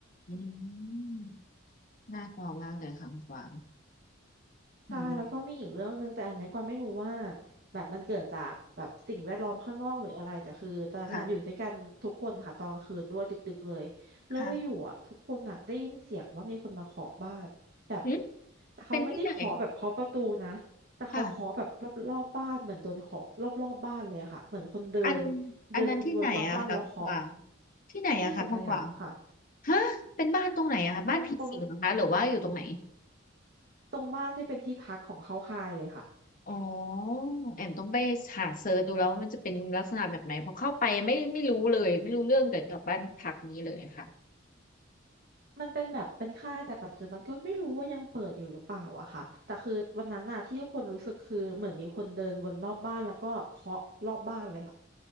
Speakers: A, on the left; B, on the right.
A: อืม <laughs> น่ากลัวมากเลยค่ะคุณกวาง
B: ใช่แล้วก็มีอีกเรื่องหนึ่งแต่อันเนี้ยกวางไม่รู้ว่า
A: อืม
B: แบบมันเกิดจากแบบสิ่งแวดล้อมข้างนอกหรืออะไรแต่คือตอนนั้นอะอยู่ด้วยกันทุกคนค่ะตอนกลางคืนด้วยดึกๆเลยแล้วอยู่ๆอ่ะทุกคนอ่ะได้ยินเสียงว่ามีคนมาเคาะบ้านแบบ
A: ค่ะค่ะหึ
B: แต่เขาไม่ได้เคาะแบบเคาะประตูนะแต่เขาเคาะแบบรอบๆบ้านเหมือนโดนเคาะรอบๆบ้านเลยอะค่ะเหมือนคนเดิน
A: เป็นที่ไหนค่ะอัน
B: เดินวนรอบบ้านแล้วเคาะ
A: อันนั้นที่ไหนอะคะคุณกวางที่ไหนอะคะคุณกวาง
B: ที่สวนสยามค่ะ
A: ฮะเป็นบ้านตรงไหนอะคะบ้านผีสิงเหรอคะหรือว่าอยู่ตรงไหน
B: ตรงตรงตรงบ้านที่เป็นที่พักของเขาคายเลยค่ะ
A: อ๋อแอมต้องไปหาเซิร์ชดูแล้วว่ามันจะเป็นลักษณะแบบไหนเพอเข้าไปไม่ไม่รู้เลยไม่รู้เรื่องเกี่ยวกับบ้านพักนี้เลยค่ะ
B: มันเป็นแบบเป็นค่ายแต่ปัจจุบันก็ไม่รู้ว่ายังเปิดอยู่หรือเปล่าอะค่ะแต่คือวันนั้นน่ะที่ทุกคนรู้สึกคือเหมือนมีคนเดินวนรอบบ้านแล้วก็เคาะรอบบ้านเลยค่ะ